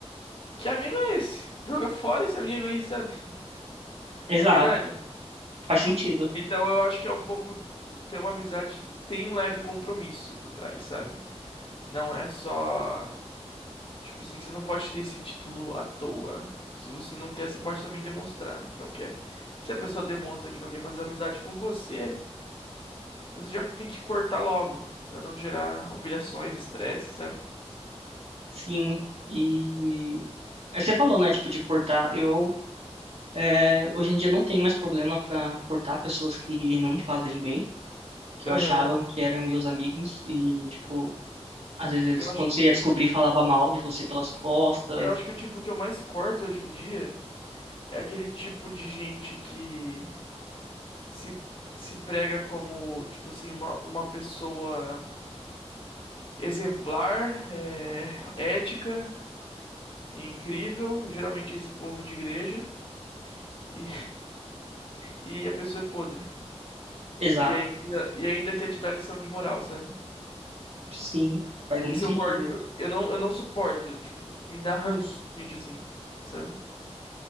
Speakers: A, on the left (about 50°); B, on the right (about 65°).
A: que amigo é esse? Joga fora esse amigo aí, sabe?
B: Exato,
A: Não é verdade?
B: faz sentido.
A: Então eu acho que é um pouco ter uma amizade, tem um leve compromisso por trás, sabe? Não é só. Tipo assim, você não pode ter esse título à toa. Se você não quer, você pode também demonstrar que não quer. Se a pessoa demonstra que não quer fazer amizade com você, você já tem que cortar logo, pra não gerar humilhações, estresse, sabe?
B: Sim. E aí você falou, né? Tipo, de cortar. Eu, é, hoje em dia, não tenho mais problema para cortar pessoas que não me fazem bem. que
A: Aham.
B: eu achavam que eram meus amigos e, tipo, às vezes eles,
A: Eu acho,
B: quando você ia descobrir, falava mal de você pelas costas.
A: eu acho que o tipo que eu mais corto hoje em dia é aquele tipo de gente que se, se prega como, tipo assim, uma, uma pessoa exemplar, é, ética e incrível. Geralmente é esse povo de igreja. E e a pessoa é podre.
B: Exato.
A: E ainda, e ainda quer te dar lição de moral, sabe?
B: Sim, faz muito
A: Isso
B: sentido
A: eu quarto
B: isso.
A: Eu eu não, eu não suporto. Tipo, me dá ranço, gente assim, sabe?